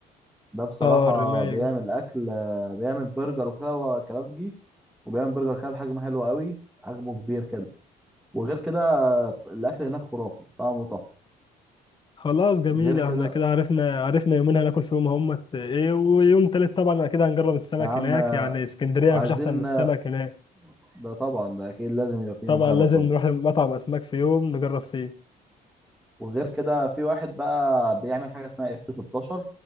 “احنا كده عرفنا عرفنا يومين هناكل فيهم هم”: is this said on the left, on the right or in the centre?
Left